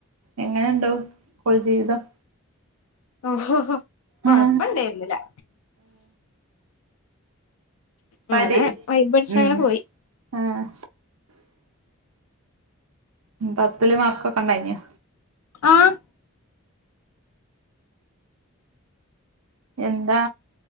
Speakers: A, on the right; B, on the left.
A: എങ്ങെനണ്ട് സ്കൂൾ ജീവിതം
B: ഒഹൊഹോ കൊഴപ്പണ്ടേര്ന്നിലാ
A: ആഹ് പഠി
B: അങ്ങനെ വൈബടിച്ച്
A: ഉം
B: അങ്ങനെ പോയി
A: ആഹ് പത്ത്ൽ മാർക്കൊക്കെണ്ടായ്ന്യോ?
B: ആഹ്
A: എന്താ